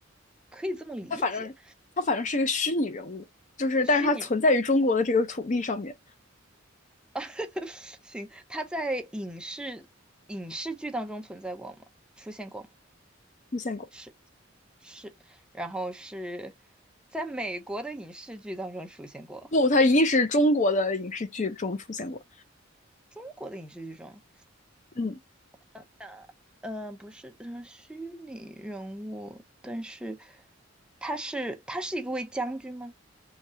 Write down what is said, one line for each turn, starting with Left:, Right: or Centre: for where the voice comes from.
Centre: 可以这么理解，
Left: 他反正他反正是个虚拟人物，就是但是他存在于中国的这个土地上面
Centre: 虚拟人物。<laughs> 行，他在影视影视剧当中存在过吗？出现过吗？
Left: 出现过。
Centre: 是是，然后是在美国的影视剧当中出现过，
Left: 不，他一定是中国的影视剧中出现过。
Centre: 中国的影视剧中，
Left: 嗯，
Centre: 等等，呃，不是，嗯，虚拟人物，但是他是他是一个位将军吗？